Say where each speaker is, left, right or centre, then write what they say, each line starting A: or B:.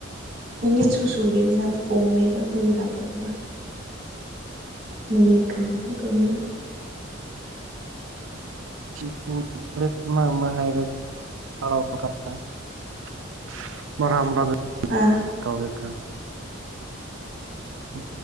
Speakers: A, on the right; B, on the right.
A: ꯅꯨꯃꯤꯠꯁꯨ ꯁꯨꯗꯦ ꯑꯗꯨꯅ ꯄ ꯕ ꯑꯩꯈꯣꯏꯒꯤ ꯂꯥꯛꯇꯕꯗꯣ ꯃꯤꯅꯦꯠꯀꯨꯝꯕ ꯈꯛꯇꯅꯦꯕ
B: ꯍꯥꯏꯔ ꯃꯔꯔ ꯇ
A: ꯑꯥ
B: ꯍ